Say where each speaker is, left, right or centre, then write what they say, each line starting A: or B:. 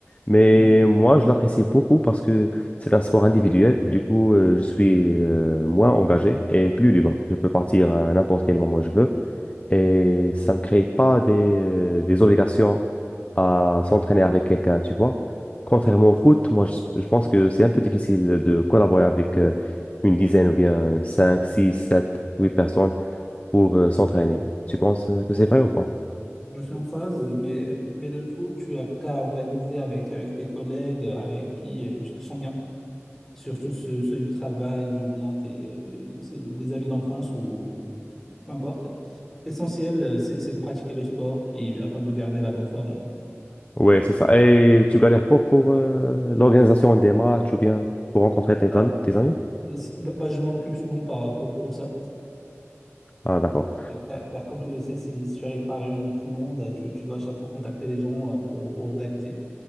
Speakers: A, on the left (about 30°); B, in the centre.
A: Mais
B: Ouais.
A: moi, je l'apprécie beaucoup parce que c'est un sport individuel. Du coup, euh, je suis euh, moins engagé et plus libre. Je peux partir à n'importe quel moment je veux et ça me crée pas des, des obligations à s'entraîner avec quelqu'un, tu vois. Contrairement au foot, moi, je, je pense que c'est un peu difficile de collaborer avec euh, une dizaine ou bien 5 6 7 8 personnes pour euh, s'entraîner. Tu penses euh, que c'est vrai ou pas?
B: Je suis en phase, mais, mais le foot, tu as qu'à organiser avec, avec tes collègues avec qui euh, tu te sens bien. Surtout ceux, ceux du travail ou bien tes, c'est des amis d'enfance ou peu importe. L'essentiel, euh, c'est c'est de pratiquer le sport qui, afin de garder la bonne forme. hein.
A: Ouais, c'est ça. Et tu galères pas pour euh, l'organisation des matchs ou bien pour rencontrer tes
B: Bah,
A: amis, tes amis?
B: c'est- bah, bah, je m'en occupe souvent par, pour, pour ça.
A: Ah, d'accord.
B: Car, car comme tu le sais, si, si tu n'arrives pas à réunir tout le monde, euh, tu, tu dois à chaque fois contacter les gens euh, pour, pour organiser.